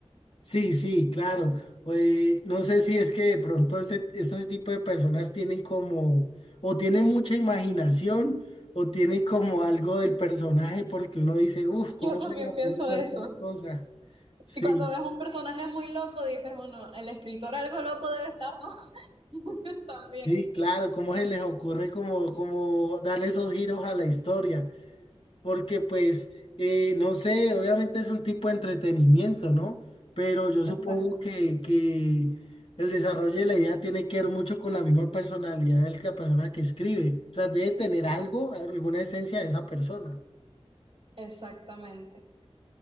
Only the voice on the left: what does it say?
Sí, sí, claro. Pues, no sé si es que de pronto este, este tipo de personas tienen como, o tienen mucha imaginación, o tienen como algo del personaje, porque uno dice, uff, ¿cómo
se le ocurre
tantas
cosas? Sí.
Sí, claro, cómo se les ocurre como, como darle esos giros a la historia, porque pues, eh, no sé, obviamente es un tipo de entretenimiento, ¿no? Pero yo supongo
que, que el desarrollo de la idea tiene que ver mucho con la misma personalidad de la persona que escribe, o sea, debe tener algo, alguna esencia de esa persona.